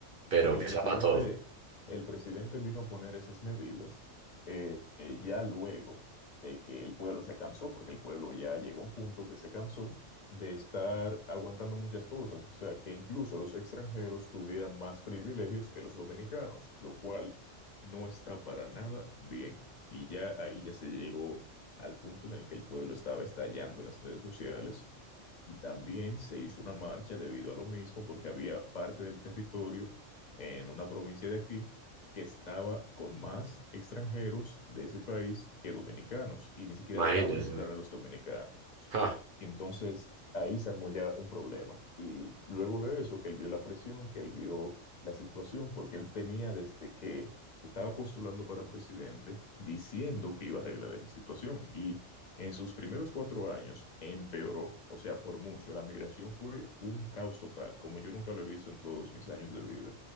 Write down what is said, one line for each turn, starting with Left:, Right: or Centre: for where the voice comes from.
Right: pero
Left: porque
Right: que
Left: el presidente,
Right: sea para todo.
Left: el presidente vino a poner esas medidas eh, eh, ya luego de que el pueblo se cansó, porque el pueblo ya llegó a un punto que se cansó de estar aguantando muchas cosas, o sea, que incluso los extranjeros tuvieran más privilegios que los dominicanos, lo cual no está para nada bien. Y ya ahí ya se llegó al punto en el que el pueblo estaba estallando en las redes sociales y también se hizo una marcha debido a lo mismo, porque había parte del territorio en una provincia de aquí que estaba con más extranjeros de ese país que dominicanos y ni siquiera
Right: Imagínese.
Left: dejaban entrar a los dominicanos.
Right: Ah,
Left: Y entonces ahí se armó ya un problema. Y luego de eso, que él vio la presión, que él vio la situación, porque él tenía desde que se estaba postulando para presidente diciendo que iba a arreglar esa situación. Y en sus primeros cuatro años empeoró, o sea, por mucho. La migración fue un caos total, como yo nunca lo he visto en todos mis años de vida.